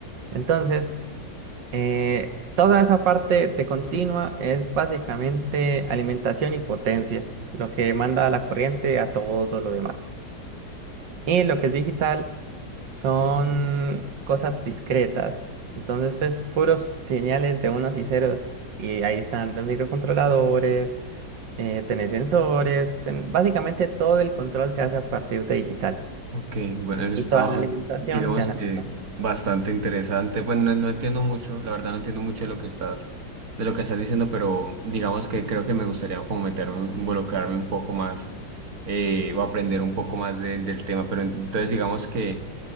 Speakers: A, on the right; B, on the right.
A: Entonces, eh, toda esa parte de continua es básicamente alimentación y potencia, lo que manda la corriente a todo lo demás. Y lo que es digital son cosas discretas. Entonces, es puros señales de unos y ceros. Y ahí están los microcontroladores eh, tenés sensores, ten- básicamente todo el control se hace a partir de digital.
B: Ok, bueno, eso está,
A: Y toda la alimentación
B: digamos
A: de análogo.
B: que bastante interesante. Bueno, no, no entiendo mucho, la verdad no entiendo mucho de lo que estás, de lo que estás diciendo, pero digamos que creo que me gustaría como meterme, involucrarme un poco más eh, o aprender un poco más de- del tema. Pero entonces digamos que